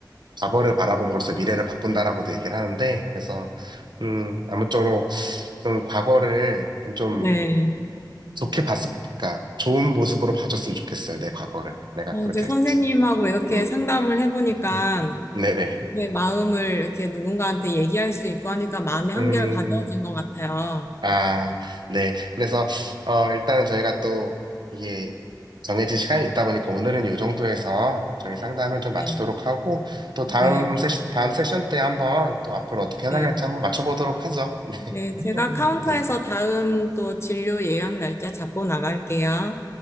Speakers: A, on the right (about 75°); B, on the left (about 35°).
A: 과거를 바라봄으로써 미래를 바꾼다라고도 얘기를 하는데 그래서 음 아무쪼록 좀 과거를 좀
B: 네.
A: 좋게 봤을 그러니까 좋은 모습으로 봐줬으면 좋겠어요 내 과거를 내가
B: 어,
A: 그렇게
B: 제 선생님하고
A: 했지
B: 이렇게
A: 음
B: 상담을 해보니까
A: 음, 네네
B: 제 마음을 이렇게 누군가한테 얘기할 수 있고 하니까 마음이 한결
A: 음,
B: 가벼워진 것 같아요.
A: 아, 네. 그래서, 어, 일단은 저희가 또, 이게 정해진 시간이 있다 보니까 오늘은 이 정도에서 저희 상담을 좀 마치도록
B: 네,
A: 하고, 또 다음
B: 네,
A: 세시, 다음 세션 때 한번 또 앞으로 어떻게 해나갈지
B: 네.
A: 한번 맞춰보도록 하죠. <laughs>
B: 네, 제가 카운터에서
A: 음,
B: 다음 또 진료 예약 날짜 잡고 나갈게요.